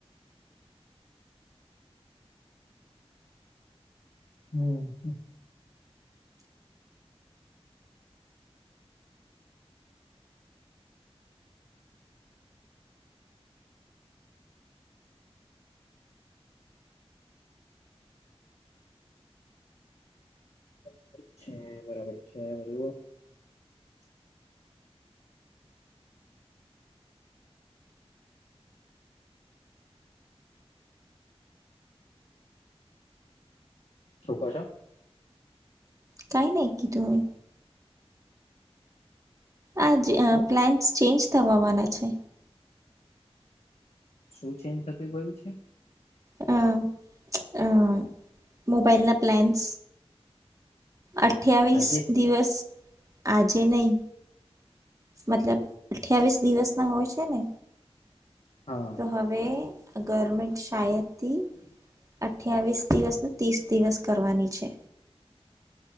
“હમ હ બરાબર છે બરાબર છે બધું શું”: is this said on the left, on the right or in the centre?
Left